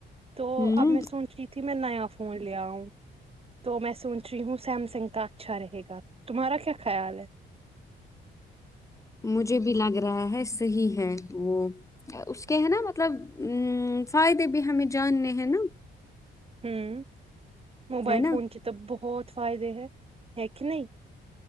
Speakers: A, on the right; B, on the left.
A: تو
B: ہوں
A: اب میں سن رہی تھی میں نیا فون لے آؤوںں تو میں سوچ رہی ہوں سیمسنگ کا اچھا رہے گا تمہارا کیا خیال ہے
B: مجھے بھی لگ رہا ہے صحیح ہے وہ اس کے ہے نا مطلب ا فائدے بھی ہمیں جاننے ہیں نا
A: ہوں موبائل
B: ہے
A: فون
B: نا
A: کے تو بہت فائدے ہیں ہ کہ نہیں